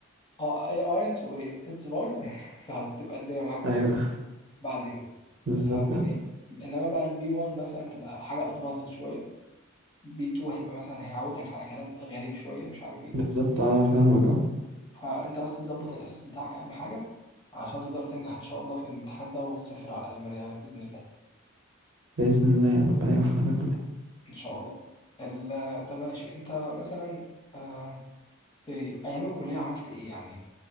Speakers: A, on the left; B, on the right.
A: آه، اي اينز و اتس فاي <laughs> هتبقى الدنيا معاك
B: أيوة
A: كويسه بعد كده
B: بالظبط
A: فيعني انما بقى البي 1 مثلا تبقى حاجه ادفانسد شويه بي 2 هيبقى مثلا هيعودك على كلام غريب شويه مش عارف ايه
B: بالظبط أنا فاهمك أه
A: فانت بس ظبط الاساس بتاعك اهم حاجه عشان تقدر تنجح ان شاء الله في الامتحان ده وتسافر على المانيا يعني باذن الله
B: بإذن الله يا ربنا يوفقنا كلنا
A: ان شاء الله ال- طب ماشي انت مثلا آه، في أيام الكلية عملت إيه يعني؟